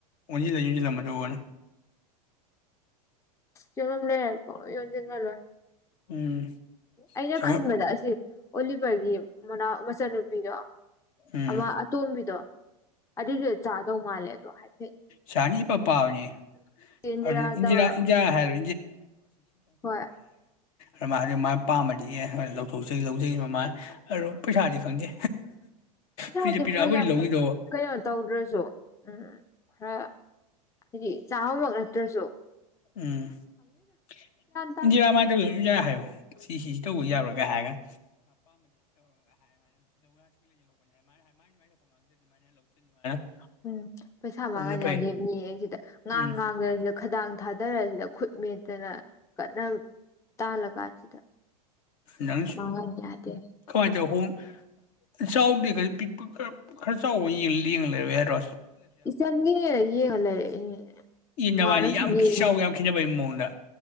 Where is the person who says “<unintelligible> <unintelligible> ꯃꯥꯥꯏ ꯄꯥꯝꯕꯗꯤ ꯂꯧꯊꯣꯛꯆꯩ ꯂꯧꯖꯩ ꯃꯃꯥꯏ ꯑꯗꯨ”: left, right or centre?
Left